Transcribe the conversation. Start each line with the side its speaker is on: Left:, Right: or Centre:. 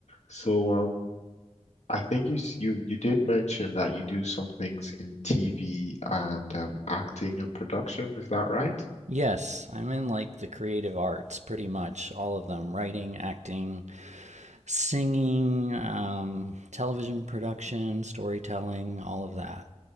Left: So um, I think you s- you you did mention that you do some things in TV and um, acting and production. Is that right?
Right: <laughs> yes, I'm in like the creative arts, pretty much all of them
Left: Hmm.
Right: writing, acting, singing, um, television production, storytelling, all of that.